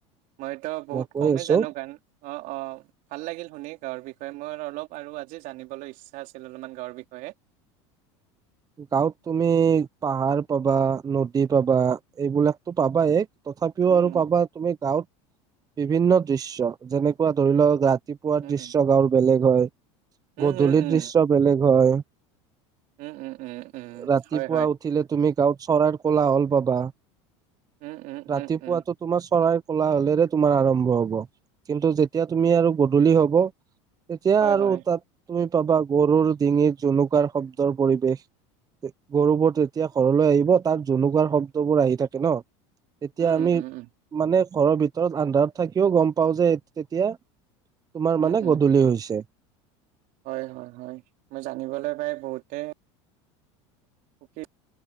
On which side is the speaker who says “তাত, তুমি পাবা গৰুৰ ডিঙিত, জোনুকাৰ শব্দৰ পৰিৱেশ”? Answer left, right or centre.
Right